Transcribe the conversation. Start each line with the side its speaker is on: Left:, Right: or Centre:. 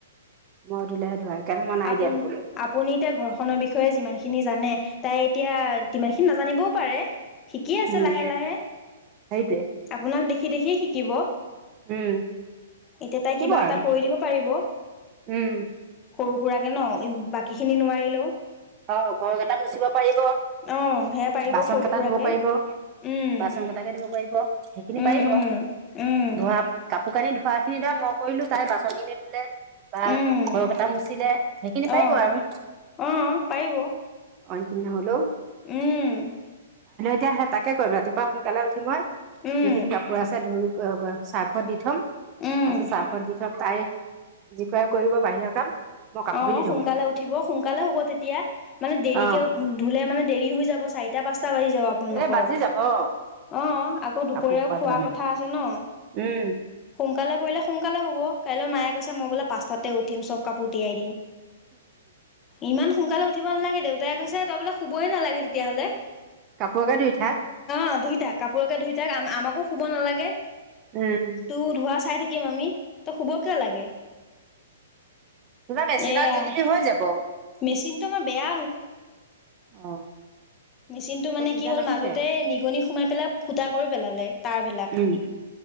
Right: মই ধুলেহে ধোৱা। সেইকাৰণে মই নাই
Left: আপুনি
Right: দিয়া ধুবলৈ
Left: আপুনি ঘৰখনৰ বিষয়ে যিমান খিনি জানে তাই এতিয়া ইমানখিনি নাজানিবও পাৰে শিকি আছে
Right: উম
Left: লাহে লাহে।
Right: সেইটোৱে
Left: আপোনাক দেখি দেখি শিকিব।
Right: উম
Left: এতিয়া তাই
Right: শিকিব
Left: কিবা
Right: আৰু
Left: এটা কৰি দিব পাৰিব।
Right: উম
Left: সৰু সুৰাকৰাকে ন বাকী খিনি নোৱাৰিলেও
Right: অ ঘৰ কেইটা মুচিব পাৰিব,
Left: অ' সেয়া পাৰিব
Right: বাচন
Left: সৰু
Right: কেইটা
Left: সুৰাকে,
Right: ধুব পাৰিব
Left: উম,
Right: বাচন কেটাকে ধুব পাৰিব সেইখিনি
Left: উম,
Right: পাৰিব
Left: উম, উম।
Right: ধোৱা কাপোৰ কানি ধু ধোৱা খিনি ধৰা মই কৰিলো তাই বাচনখিনি ধুলে বা
Left: উম,
Right: ঘৰ কেইটা মুচিলে সেইখিনি
Left: অ',
Right: পাৰিব আৰু
Left: অ' পাৰিব
Right: অইন খিনি নহ'লেও।
Left: উম
Right: তেতিয়াহে তাকে কম ৰাতিপুৱা সোনকালে উঠি মই
Left: উম,
Right: যিখিনি কাপোৰ আছে ধুই চাৰ্ফত দি থ'ম
Left: উম।
Right: তাৰপিছত চাৰ্ভত দি থক তাই যি কে কৰিব বাহিৰৰ কাম মই কাপোৰ
Left: অ
Right: খিনি
Left: সোনকালে
Right: ধুম
Left: উঠিব সোনকালে হ'ব তেতিয়া মানে দেৰিকে
Right: অ
Left: ধুলে মানে দেৰি হৈ যাব চাৰিটা, পাঁচটা বাজি যাব আপোনালোকৰ
Right: এই বাজি
Left: অ
Right: যাব
Left: আকৌ দুপৰীয়াও
Right: কাপোৰ সোপা
Left: খোৱা
Right: ধোৱা মানে।
Left: কথা আছে ন
Right: উম।
Left: সোনকালে কৰিলে সোনকালে হ'ব। কাইলৈ মায়ে কৈছে মই বোলে পাঁচাতে উঠিম চব কাপোৰ তিয়াই দিম। ইমান সোনকালে উঠিব নালাগে দেউতাই কৈছে তই বোলে শুবই নালাগে তেতিয়াহ'লে।
Right: কাপোৰকে ধুই থাক।
Left: অ ধুইথাক কাপোৰকে ধুইথাক আমাকো শুব নালাগে।
Right: উম,
Left: তোৰ ধোৱা চাই থাকিম আমি তই শুব কিয় লাগে
Right: তিবা মেচিনত
Left: এয়া
Right: দি দিবি হৈ যাব
Left: মেচিনটো আমাৰ বেয়া
Right: অ।
Left: মেচিন টো মানে
Right: এই চিন্তা
Left: কি হ'ল
Right: নাছিলে।
Left: মাজতে নিগনি সোমাই পেলাই ফুটা কৰি পেলালে তাৰবিলাক
Right: অ'।